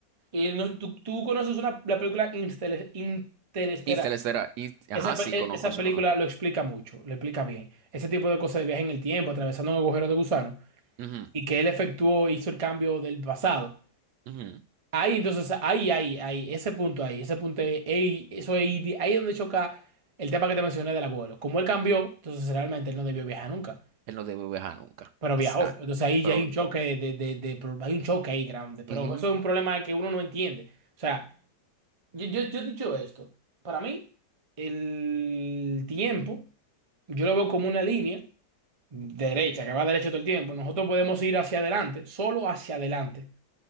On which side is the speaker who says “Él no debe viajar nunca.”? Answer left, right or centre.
Right